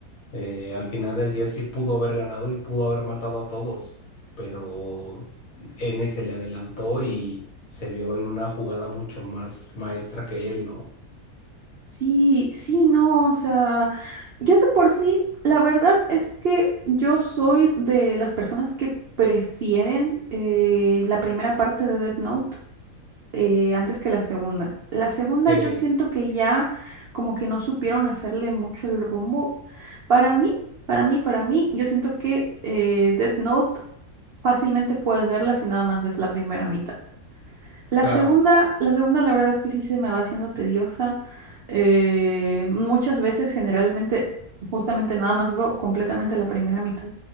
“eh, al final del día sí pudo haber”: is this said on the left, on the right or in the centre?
Left